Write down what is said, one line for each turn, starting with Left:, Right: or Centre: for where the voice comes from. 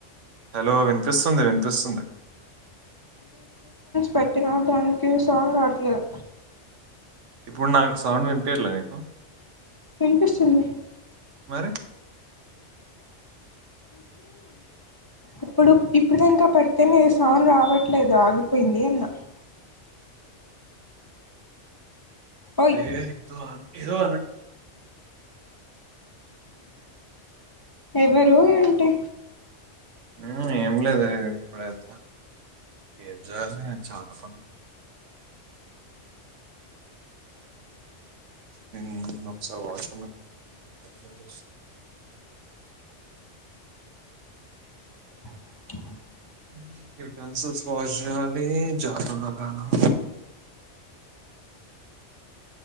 Right: హలో వి స్తుంది విను ప్రస్తుంది
Left: పెట్టిన దానికి సౌండ్ రాట్లేదు
Right: ఇప్పుడు నాకు సౌండ్ వినిపేలా నీకు
Left: వినిపిస్తుంది
Right: మరి
Left: ఇప్పుడు ఇప్పుడుద ఇంకా పడితేనేది సౌన్డ్ రావట్లేదు ఆగిపోయింది అన్న ఓయ్
Right: లేజ ఇవ న
Left: ఎవరు ఉంటే
Right: ఆ ఏం లేదు ఇప్పుడైతే ఏం చేయాలి చాలా పనులు హు ఒకసారీ వాష్ సంతోష
Left: <inaudible>
Right: <unintelligible>